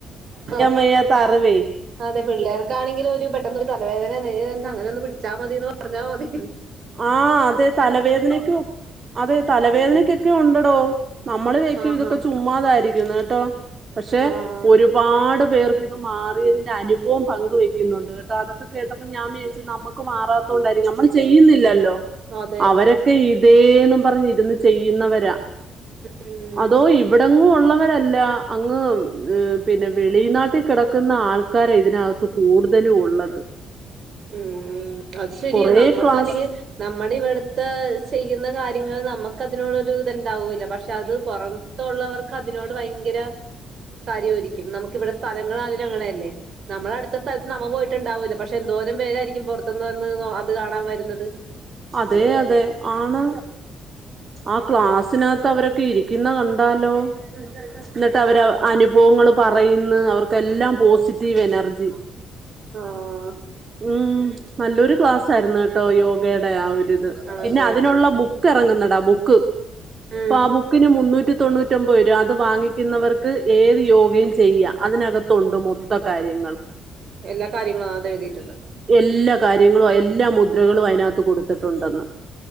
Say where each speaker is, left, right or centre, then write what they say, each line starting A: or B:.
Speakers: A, on the right; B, on the right.
A: അ
B: വയ്യാത്ത അറിവേ
A: അതെ പിള്ളേർക്കാണെങ്കിലു ഒരു പെട്ടെന്നൊരു തലവേദന <unintelligible> അങ്ങനൊന്ന് പിടിച്ചാമതീന്ന് പറഞ്ഞാമതി
B: ആ അതെ തലവേദനക്കു അതെ തലവേദനക്കെക്കെ
A: ഉം
B: ഒണ്ടടോ നമ്മള് വെക്കും
A: ആഹാ
B: ഇതൊക്കെ ചുമ്മാതായിരിക്കുന്ന് ട്ടോ പക്ഷെ
A: ആഹ്
B: ഒരുപാട് പേർക്ക് ഇത് മാറിയതിന്റെ അനുഭവം പങ്ക് വെക്കുന്നുണ്ട് കേട്ടോ അതൊക്കെ കേട്ടപ്പോ ഞാൻ വിയാരിച്ചു നമ്മക്ക് മാറാത്തോ ണ്ടായിര് നമ്മൾ ചെയ്യുന്നില്ല ല്ലല്ലോ
A: അതെ
B: അവരൊക്കെ ഇതേന്ന് പറഞ് ഇരുന്ന് ചെയ്യുന്നവരാ
A: ഉം
B: അതോ ഇവിടെങ്ങും ഉള്ള രല്ല അങ് പിന്നെ വെളി നാട്ടി കിടക്കുന്ന ആൾക്കാര് ഇതിനകത്ത് കൂടുത ലു ഉള്ളത്
A: ഉം അത് ശെരിയ
B: കൊറേ
A: നമ്മക്ക്
B: ക്ലാസ്
A: അല്ലെങ്കിൽ നമ്മടെ ഇവിട്ത്തെ ചെയ്യുന്ന കാര്യങ്ങൾ നമ്മക്ക് അതിനോടോരുത് ണ്ടാവൂല പക്ഷെ അത് പോറമ് ത്തള്ളവർക്ക് അതിനോട് ഭയങ്കര കാര്യയിരിക്കും നമുക്കിവിടെ സ്ഥലങ്ങളണെലും അങ്ങനെയല്ലേ നമ്മള അടുത്ത സ്ഥലത്ത് നമ്മ പോയിട്ടുണ്ടാവൂല പക്ഷെ എന്തോര് പേരായിരിക്കും പുറത്ത്ന്ന് വന്ന്ന്നോ അത് കാണാൻ വരുന്നത്
B: അതെ
A: അതുപോലെ
B: അതെ ആണ് അ ക്ലാസിനകത് അവരൊക്കെ ഇരിക്കുന്ന കണ്ടാലോ ഇന്നട്ട് അവര് അനുഭവങ്ങൾ പറയുന്ന് അവർക്ക് ക്കെല്ലാം
A: അതെ
B: പോസിറ്റീവ് എനർജി
A: ആഹ്
B: ഉം നല്ലൊരു ക്ലാസായിരുന്ന് കേട്ടോ യോഗേടെ ആ ഒരിത്
A: ആണല്ലേ
B: പിന്നെ അതിനുള്ള ബുക്ക് ക്ക് എറങ്ങുന്നഡാ ബുക്ക്
A: ഉം
B: പ്പോ ആ ബുക്കിന് മുന്നൂറ്റ നൂറ്റി തൊണ്ണൂറ്റൊൻമ്പത് രുഅ അത് വാങ്ങിക്കുന്നവർക്ക് ഏത് യോഗയും ചെയ്യ അതിനകത്തുണ്ട് മൊത്ത കാര്യം
A: എല്ലാ കാര്യങ്ങളും അത് എഴുതിട്ടുണ്ട്.
B: എല്ലാ കാര്യങ്ങളും എല്ലാ മുദ്രകളും അതിനകത്ത് കൊടുത്തിട്ടുണ്ടെന്ന്.